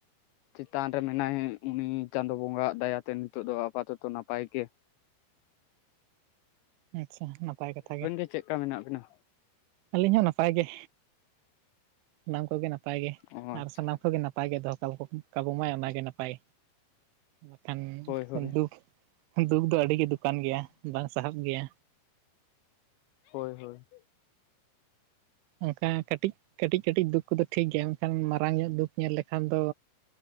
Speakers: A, on the left; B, on the right.
A: ᱪᱮᱛᱟᱱ ᱨᱮ ᱢᱮᱱᱟᱭ ᱩᱱᱤ ᱪᱟᱸᱫᱚ ᱵᱚᱸᱜᱟᱭᱟᱜ ᱫᱟᱭᱟᱛᱮ ᱱᱤᱛᱚᱜ ᱫᱚ ᱟᱯᱟᱛᱚᱛᱚ ᱱᱟᱯᱟᱭ ᱜᱮ
B: ᱟᱪᱪᱷᱟ ᱱᱟᱯᱟᱭ ᱠᱟᱛᱷᱟ ᱜᱮ᱾
A: ᱪᱮᱜᱠᱟ ᱢᱮᱱᱟᱜ ᱵᱮᱱᱟ?
B: ᱟᱞᱤᱧ ᱦᱚᱸ ᱱᱟᱯᱟᱭ ᱜᱮ ᱥᱟᱱᱟᱢ ᱠᱚᱜᱮ ᱱᱟᱯᱟᱭ ᱜᱮ
A: ᱚ ᱟᱪᱪᱷᱟ
B: ᱟᱨ ᱥᱟᱱᱟᱢ ᱠᱚᱜᱮ ᱱᱟ ᱯᱟᱭ ᱜᱮ ᱫᱚᱦᱚ ᱠᱟᱵᱚ ᱠᱟᱵᱚ ᱢᱟᱭ ᱚᱱᱟ ᱜᱮ ᱱᱟ- ᱯᱟᱭ ᱵᱟᱠᱷᱟᱱ
A: ᱦᱳᱭ ᱦᱳᱭ
B: ᱫᱩᱠᱷ ᱫᱩᱠᱷ ᱫᱚ ᱟᱹᱰᱤ ᱜᱮ ᱫᱩᱠᱟᱱ ᱜᱮᱭᱟ ᱵᱟ ᱥᱟᱦᱟᱵ ᱜᱮᱭᱟ᱾
A: ᱦᱳᱭ ᱦᱳᱭ᱾
B: ᱚᱝᱠᱟ ᱠᱟᱴᱤᱡ ᱠᱟᱴᱤᱡ ᱠᱟᱴᱤᱡ ᱫᱩᱠ ᱠᱚᱫᱚ ᱴᱷᱤᱠ ᱜᱮᱭᱟ ᱢᱮᱱᱠᱷᱟᱱ ᱢᱟᱨᱟᱝ ᱧᱚᱜ ᱫᱩᱠ ᱧᱮᱞ ᱞᱮᱠᱷᱟᱱ ᱫᱚ